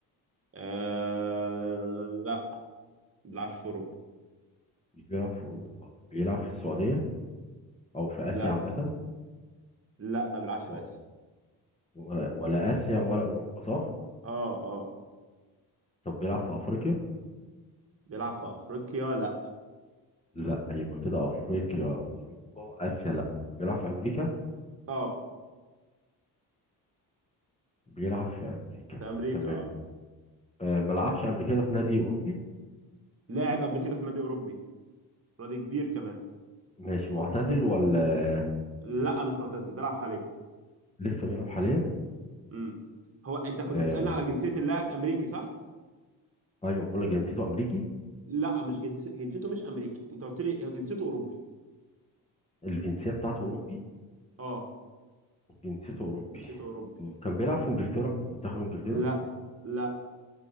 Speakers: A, on the right; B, on the left.
A: آه لا ما بيلعبش في اوروبا
B: مش بيلعب في اوروبا بيلعب في السعوديه او في
A: لا
B: اسيا عامه
A: لا ما بيلعبش في
B: و-
A: اسيا
B: ولا ولا اسيا ولا اوروبا صح
A: اه اه
B: طب بيلعب في افريقيا
A: بيلعب في افريقيا لا
B: لا يبقى كده افريقيا اوروبا اسيا لا بيلعب في امريكا
A: اه
B: بيلعب في امريكا
A: في امريكا
B: تمام
A: اه
B: آه ما لعبش قبل كده في نادي اوروبي
A: لاعب قبل كده في نادي اوروبي نادي كبير كمان
B: ماشي معتزل ولا
A: لا مش معتزل بيلعب حاليا
B: لسه بيلعب حاليا
A: امم هو انت كنت
B: آه
A: بتسالني على جنسيه اللاعب امريكي صح
B: ايوه بقول لك جنسيته امريكي
A: لا مش جنس... جنسيته مش امريكي انت قلت لي جنسيته اوروبي
B: الجنسيه بتاعته اوروبي
A: اه
B: وجنسيته اوروبي
A: جنسيته اوروبي
B: كان بيلعب في انجلترا منتخب انجلترا
A: لا لا